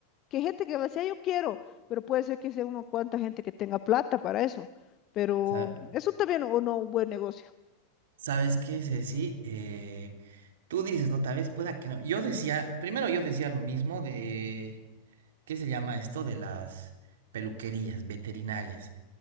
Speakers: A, on the left; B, on the right.
A: que gente que va a decir, "Ah, yo quiero, pero puede ser que sea uno cuanta gente que tenga plata para eso, pero
B: sa-
A: eso también o no un buen negocio.
B: ¿Sabes qué es así? Eh, tú dices, no, tal vez pueda que no. Yo decía, primero yo decía lo mismo de, ¿qué se llama esto? De las peluquerías veterinarias.